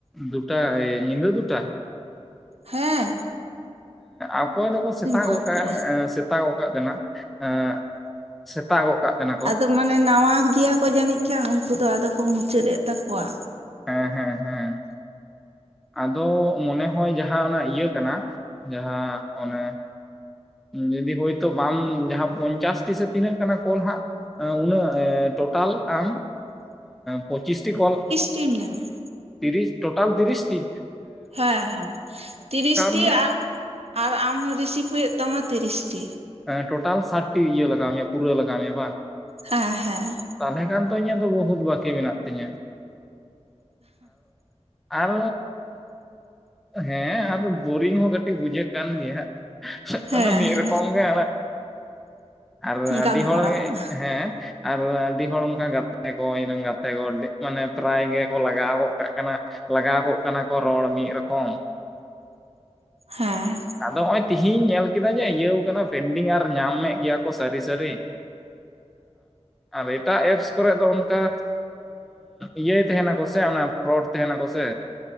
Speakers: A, in the centre; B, on the right (about 65°).
A: ᱫᱩᱴᱟ ᱧᱤᱫᱟᱹ ᱫᱩᱴᱟ
B: ᱦᱮᱸ
A: ᱚᱠᱚᱭ ᱫᱚᱠᱚ ᱥᱮᱛᱟᱜᱚᱜ
B: ᱵᱟᱯᱨᱮ
A: ᱠᱟᱛᱷᱟ ᱥᱮ ᱥᱮᱛᱟᱜ ᱠᱟᱜ ᱠᱟᱱᱟ ᱮᱜ ᱥᱮᱛᱟᱜᱚᱜ ᱠᱟᱜ ᱠᱟᱱᱟ ᱠᱚ
B: ᱟᱫᱚ ᱢᱟᱱᱮ ᱱᱟᱣᱟ ᱜᱮᱭᱟ ᱠᱚ ᱡᱟᱹᱱᱤᱡ ᱠᱷᱟᱱ ᱩᱱᱠᱩ ᱫᱚ ᱟᱫᱚ ᱠᱚ ᱢᱩᱪᱟᱹᱫ ᱮᱫ ᱛᱟᱠᱚᱣᱟ
A: ᱦᱮᱸ ᱦᱮᱸ ᱦᱮᱸ ᱟᱫᱚ ᱢᱚᱱᱮ ᱦᱚᱭ ᱡᱟᱦᱟᱸ ᱚᱱᱟ ᱤᱭᱟᱹ ᱠᱟᱱᱟ ᱡᱟᱦᱟᱸ ᱚᱱᱮ ᱡᱩᱫᱤ ᱦᱳᱭᱛᱳ ᱵᱟᱢ ᱡᱟᱦᱟᱸ ᱯᱚᱧᱪᱟᱥᱴᱤ ᱥᱮ ᱛᱤᱱᱟᱹᱜ ᱠᱟᱱᱟ ᱠᱚᱞ ᱦᱟᱸᱜ ᱩᱱᱟᱹᱜ ᱴᱳᱴᱟᱞ ᱟᱢ ᱯᱚᱸᱪᱤᱥᱴᱤ ᱠᱚᱞ
B: ᱪᱤᱢ ᱧᱟᱢᱟ
A: ᱛᱤᱨᱤᱥ ᱴᱳᱴᱟᱞ ᱛᱤᱨᱤᱥ ᱴᱤ
B: ᱦᱮᱸ ᱦᱮᱸ ᱛᱤᱨᱤᱥ ᱴᱤ
A: ᱢᱮᱭᱟ
B: ᱟᱨ ᱟᱢ ᱦᱚ ᱨᱤᱥᱤᱵ ᱦᱩᱭᱩᱜ ᱛᱟᱢᱟ ᱛᱤᱨᱤᱥᱴᱤ
A: ᱦᱮᱸ ᱴᱳᱴᱟᱞ ᱥᱟᱴ ᱴᱤ ᱤᱭᱟᱹ ᱞᱟᱜᱟᱣ ᱢᱮᱭᱟ ᱯᱩᱨᱟᱹ ᱞᱟᱜᱟᱣ ᱢᱮᱭᱟ ᱵᱟᱝ
B: ᱦᱮᱸ ᱦᱮᱸ
A: ᱛᱟᱦᱚᱞᱮ ᱠᱷᱟᱱ ᱛᱚ ᱤᱧᱟᱹᱜ ᱫᱚ ᱵᱚᱦᱩᱛ ᱵᱟᱠᱤ ᱢᱮᱱᱟᱜ ᱛᱤᱧᱟ ᱟᱨ ᱦᱮᱸ ᱟᱨ ᱵᱳᱨᱤᱝ ᱦᱚᱸ ᱠᱟᱹᱴᱤᱡ ᱵᱩᱡᱷᱟᱹᱜ ᱠᱟᱱ ᱜᱮᱭᱟ
B: ᱦᱮᱸ
A: ᱟᱫᱚ ᱢᱤᱫ
B: ᱦᱮᱸ
A: ᱨᱚᱠᱚᱢ ᱜᱮ ᱟᱨ ᱟᱹᱰᱤ
B: ᱜᱟᱞᱢᱟᱨᱟᱣ
A: ᱦᱚᱲ
B: ᱵᱟᱝ
A: ᱦᱮᱸ ᱟᱨ ᱟᱹᱰᱤ ᱦᱚᱲ ᱚᱱᱠᱟ ᱜᱟᱛᱮ ᱟᱠᱟ ᱤᱧ ᱨᱮᱱ ᱜᱟᱛᱮ ᱠᱚ ᱢᱟᱱᱮ ᱯᱮᱨᱟᱭ ᱜᱮ ᱠᱚ ᱞᱟᱜᱟᱣ ᱜᱚᱜ ᱠᱟᱜ ᱠᱟᱱᱟ ᱞᱟᱜᱟᱣ ᱠᱚᱜ ᱠᱟᱱᱟ ᱠᱚ ᱨᱚᱲ ᱢᱤᱫ ᱨᱚᱠᱚᱢ
B: ᱦᱮᱸ
A: ᱟᱫᱚ ᱱᱚᱜ-ᱚᱭ ᱛᱤᱦᱤᱧ ᱧᱮᱞ ᱠᱮᱫᱟ ᱡᱮ ᱤᱭᱟᱹᱣ ᱠᱟᱱᱟ ᱯᱮᱱᱰᱤᱝ ᱟᱨ ᱧᱟᱢᱮᱫ ᱜᱮᱭᱟ ᱠᱚ ᱥᱟᱹᱨᱤ ᱥᱟᱹᱨᱤ ᱟᱨ ᱮᱴᱟᱜ ᱮᱯᱥ ᱠᱚᱨᱮ ᱫᱚ ᱚᱱᱠᱟ ᱤᱭᱟᱹᱭ ᱛᱟᱦᱮᱱᱟᱠᱚ ᱥᱮ ᱚᱱᱟ ᱯᱷᱨᱚᱰ ᱛᱟᱦᱮᱱᱟᱠᱚ ᱥᱮ